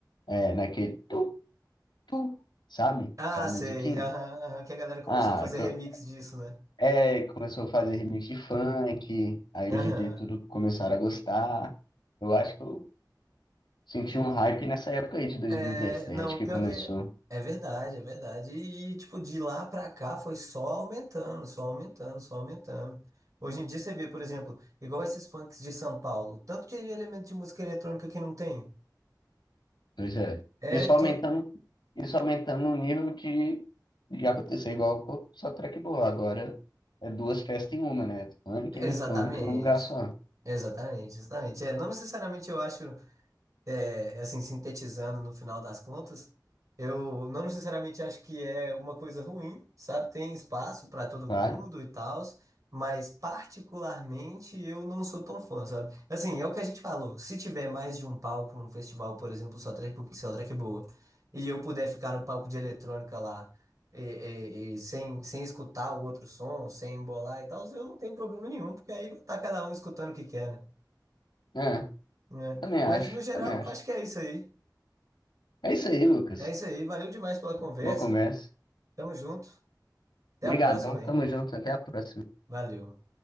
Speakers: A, on the left (about 85°); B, on the right (about 45°).
A: É, naquele tu, tu, sabe?
B: Ah,
A: Aquela
B: sei.
A: musiquinha.
B: Aham, aham, que a galera começou
A: Ah,
B: a fazer
A: que
B: remix
A: eu-
B: disso, né?
A: é, começou a fazer remix de funk, aí
B: Aham.
A: os DJ tudo começaram a gostar. Eu acho que eu senti um hype nessa época aí de 2017
B: É, não,
A: que
B: pior
A: começou.
B: que é é verdade, é verdade. E, tipo, de lá pra cá foi só aumentando, só aumentando, só aumentando. Hoje em dia você vê, por exemplo, igual esses punks de São Paulo, tanto de elemento de música eletrônica que não tem.
A: Pois é.
B: É,
A: Isso aumentando,
B: to...
A: isso aumentando o nível de, de acontecer igual com- só track boa. Agora é duas festas em uma, né? Funk
B: exatamente.
A: e eletrônico em um lugar só.
B: Exatamente, exatamente. É, não necessariamente eu acho. é, assim, sintetizando no final das contas, eu não necessariamente acho que é uma coisa ruim, sabe? Tem espaço para todo
A: Claro.
B: mundo e tal, mas particularmente eu não sou tão fã, sabe? Assim, é o que a gente falou, se tiver mais de um palco num festival, por exemplo, só track, só track boa, e eu puder ficar no palco de eletrônica lá, e, e- e sem, sem escutar o outro som, sem embolar e tal, eu não tenho problema nenhum, porque aí vai estar cada um escutando o que quer, né?
A: É.
B: Né?
A: Também
B: Mas
A: acho,
B: no geral,
A: também acho.
B: acho que é isso aí.
A: É isso aí, Lucas.
B: É isso aí, valeu demais pela conversa.
A: Boa conversa.
B: Tamo junto. Até
A: Obrigadão,
B: a próxima,
A: tamo
B: hein?
A: junto, até a próxima.
B: Valeu.